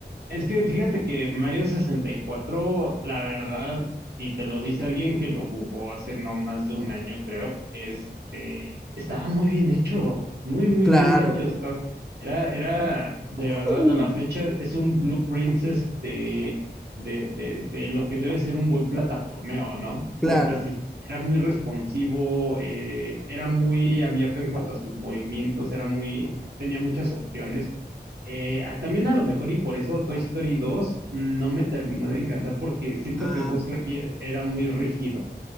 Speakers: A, on the right; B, in the centre.
A: Es que fíjate que Mario sesenta y cuatro, la verdad, y te lo dice alguien que lo jugó hace no más de un año, creo, este, estaba muy bien hecho, muy, muy
B: Claro.
A: bien hecho. Estaba, era, era, de verdad,
B: Uh,
A: a la fecha, es un blueprint este, de, de, de lo que debe ser un buen plataformeo, ¿no?
B: claro.
A: Porque sí, era muy responsivo, eh, era muy abierto en cuanto a sus movimientos, era muy, tenía muchas opciones. Eh, a- también a lo mejor y por eso Toy Story dos no me terminó de encantar porque siento
B: Ah,
A: que Buzz Lightyear era muy rígido.